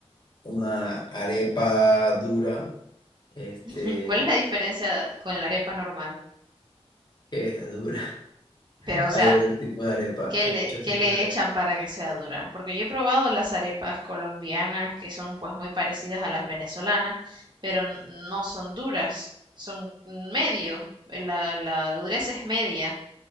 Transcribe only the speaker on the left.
una arepa dura, este,
¿qué es la dura? <laughs>
Hay
otro tipo de arepa,
hay
muchos
tipos
de arepa.